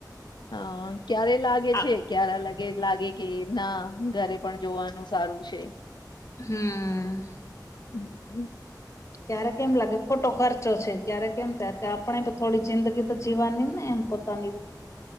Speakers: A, on the left (about 85°); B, on the left (about 40°).
A: હા ક્યારે લાગે
B: આ
A: છે ક્યારે લાગે લાગે કે ના ઘરે પણ જોવાનું સારું છે.
B: હમ્મ.
A: હમ્મ.
B: ક્યારેક એમ લાગે ખોટો ખર્ચો છે ક્યારેક એમ કે આપણે બી થોડી જિંદગી તો જીવાની ને એમ પોતાની